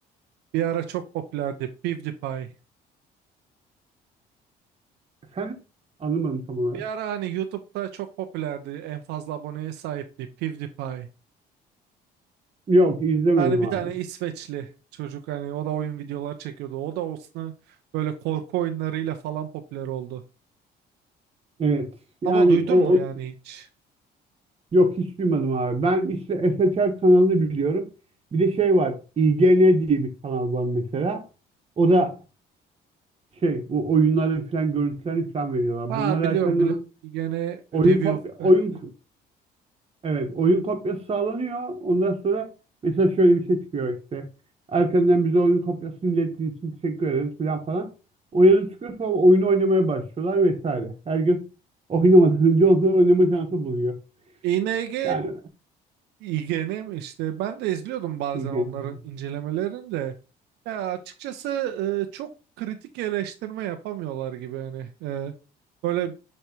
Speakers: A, on the right; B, on the right.
A: Bir ara çok popülerdi PewDiePie.
B: efendim anlamadım tam olarak.
A: Bir ara hani YouTube'da çok popülerdi en fazla aboneye sahipti PewDiePie.
B: Yok izlemedim
A: Hani bir
B: abi.
A: tane İsveçli çocuk hani o da oyun videoları çekiyordu. O da olsun böyle korku oyunlarıyla falan popüler oldu.
B: Evet. Yani
A: Ama duydun
B: o
A: mu yani hiç?
B: Yok hiç duymadım abi. Ben işte SHR kanalını biliyorum. Bir de şey var. IGN diye bir kanal var mesela. O da şey bu oyunların falan görüntülerini falan veriyorlar.
A: Ha
B: Bunlar
A: biliyorum
B: erkenden
A: biliyorum. Gene
B: oyun
A: review
B: kopya oyun
A: yani İ-
B: evet oyun kopyası sağlanıyor. Ondan sonra mesela şöyle bir şey çıkıyor işte. Erkenden bize oyun kopyasını ilettiğiniz için teşekkür ederiz falan falan. O yazı çıkıyor sonra oyunu oynamaya başlıyorlar vesaire. Herkes oynamadan önce onları oynama şansı buluyor.
A: ING
B: Yani
A: IGN mi işte ben de izliyordum bazen
B: IGN.
A: onların incelemelerini de. Ya açıkçası e, çok kritik eleştirme yapamıyorlar gibi hani. E, böyle